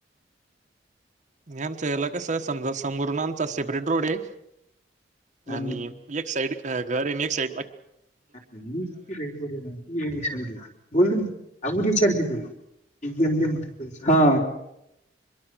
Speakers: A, on the right (about 45°); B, on the left (about 45°).
A: आमचं याला कसं समजा समोरून आमचा सेपरेट रोडये
B: म्हणून
A: आणि एक साइड घर आणि एक साइड.
B: बोल नाी ए सगडी बोललून आगडीचारखी तुझ. हा.